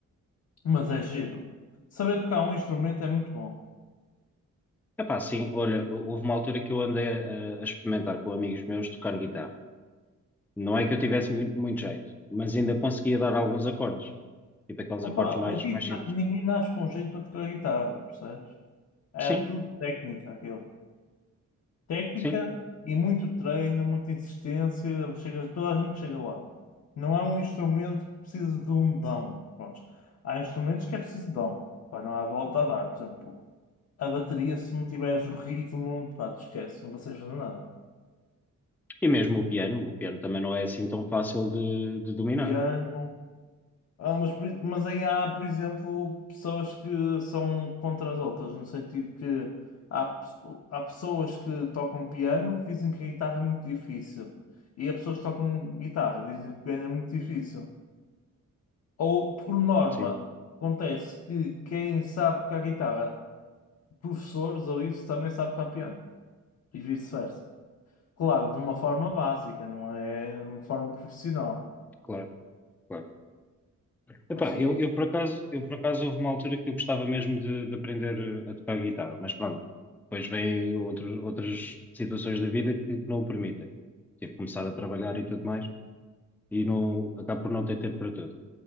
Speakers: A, on the left (about 55°); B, in the centre.
A: Mas é giro. Saber tocar um instrumento é muito bom.
B: Epá, sim, olha, houve uma altura que eu andei a, a experimentar com amigos meus tocar guitarra. Não é que eu tivesse muito, muito jeito, mas ainda conseguia dar alguns acordes, tipo aqueles
A: Opa,
B: acordes mais,
A: aqui
B: mais
A: ta-
B: simples.
A: ninguém nasce com jeito para tocar guitarra, percebes? É
B: Sim,
A: tudo técnica, aquilo. Técnica
B: sim.
A: e muito treino, muita insistência, chega, toda a gente chega lá. Não é um instrumento que precisa de um dom. Pronto. Há instrumentos que é preciso dom. Pá, não há volta a dar. Por exemplo, a bateria, se não tiveres o ritmo, pá, te esquece, não consegues fazer nada. Claro.
B: E mesmo o piano, o piano também não é assim tão fácil de, de dominar.
A: Piano, Ah, mas, por- mas aí há, por exemplo, pessoas que são contra as outras, no sentido que há, pe- há pessoas que tocam piano que dizem que a guitarra é muito difícil. E há pessoas que tocam guitarra e dizem que o piano é muito difícil. Ou, por norma,
B: Sim,
A: acontece que quem sabe tocar guitarra, professores ou isso, também sabe tocar piano. E vice-versa. Claro, de uma forma básica, não é de uma forma profissional.
B: claro, claro. Epá,
A: Mas sim,
B: eu,
A: é
B: eu por acaso, eu por acaso houve uma altura que eu gostava mesmo de, de aprender eh, a tocar guitarra, mas pronto, depois vêm outro, outras situações da vida que, que não o permitem. Tive que começar a trabalhar e tudo mais. e não, acabo por não ter tempo para tudo.